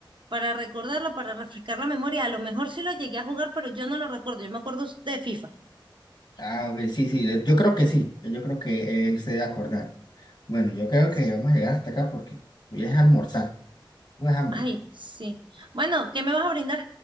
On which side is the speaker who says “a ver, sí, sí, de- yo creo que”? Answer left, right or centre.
Left